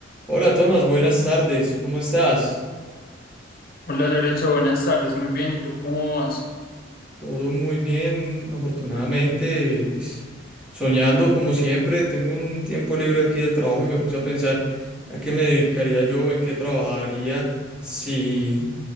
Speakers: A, in the centre; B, on the left.
A: Hola Tomás, buenas tardes, ¿cómo estás?
B: Hola Lorenzo, buenas tardes, muy bien, ¿y tú cómo vas?
A: Todo muy bien, afortunadamente, pues soñando como siempre, tengo un tiempo libre aquí de trabajo y me puse a pensar a qué me dedicaría yo o en qué trabajaría si